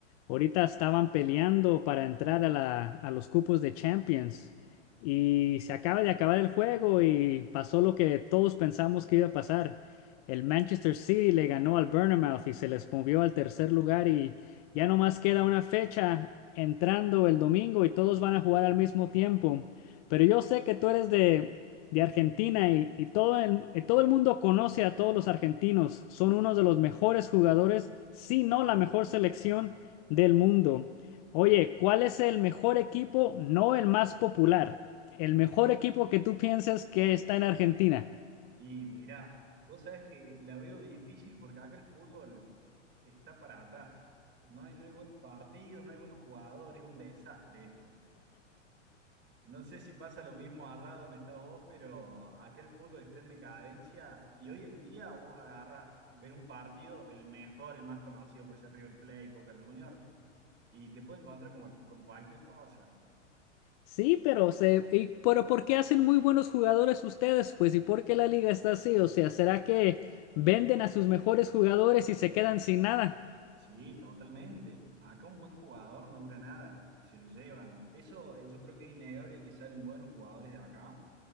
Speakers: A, on the left; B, on the right.
A: Ahorita estaban peleando para entrar a la- a los cupos de Champions y se acaba de acabar el juego y pasó lo que todos pensamos que iba a pasar. El Manchester City le ganó al Bournemouth y se les movió al tercer lugar y ya nomás queda una fecha entrando el domingo y todos van a jugar al mismo tiempo. Pero yo sé que tú eres de de Argentina y, y todo el, y todo el mundo conoce a todos los argentinos. Son unos de los mejores jugadores, si no la mejor selección del mundo. Oye, ¿cuál es el mejor equipo? No el más popular. El mejor equipo que tú piensas que está en Argentina.
B: Y mirá, vos sabés que la veo difícil porque acá el fútbol está para atrás. No hay, no hay buenos partidos, no hay buenos jugadores, es un desastre esto. No sé si pasa lo mismo allá donde estás vos, pero acá el fútbol está en decadencia y hoy en día vos agarras, ves un partido del mejor, el más conocido puede ser River Plate, Boca Juniors, y te puede encontrar con, con cualquier cosa.
A: Sí, pero se, y- pero ¿por qué hacen muy buenos jugadores ustedes? Pues, ¿y por qué la liga está así? O sea, ¿será que venden a sus mejores jugadores y se quedan sin nada?
B: Sí, totalmente. Acá un buen jugador no dura nada, se lo llevan. Eso eh, yo creo que es innegable que salen buenos jugadores de acá,